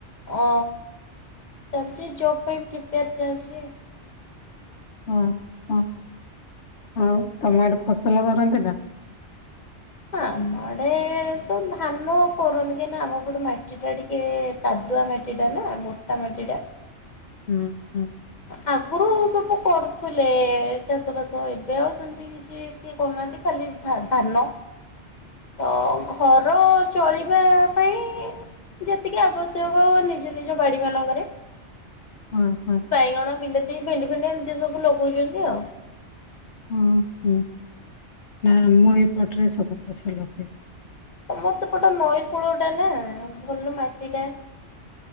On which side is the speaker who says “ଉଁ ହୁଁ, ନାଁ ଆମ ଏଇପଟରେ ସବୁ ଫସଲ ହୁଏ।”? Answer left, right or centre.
Left